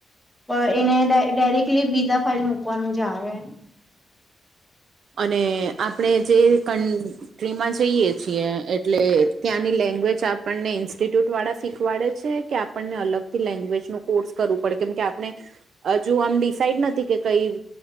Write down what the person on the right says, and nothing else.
અને આપણે જે કન ટ્રીમાં જઈએ છીએ, એટલે ત્યાંની લેંગ્વેજ આપણને ઇન્સ્ટિટ્યુટ વાળા શીખવાડે છે કે આપ આપણને અલગથી લેંગ્વેજનું કોર્સ કરવું પડે કેમ કે આપણે અજુ આમ ડિસાઈડ નથી કે કઈ